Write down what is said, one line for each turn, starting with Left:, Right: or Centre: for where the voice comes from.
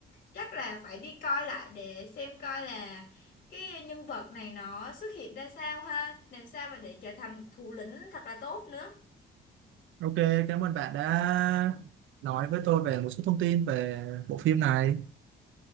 Left: Chắc là phải đi coi lại để xem coi là cái nhân vật này nó xuất hiện ra sao ha, làm sao mà để trở thành một thủ lĩnh thật là tốt nữa.
Right: ok cảm ơn bạn đã nói với tôi về một số thông tin về bộ phim này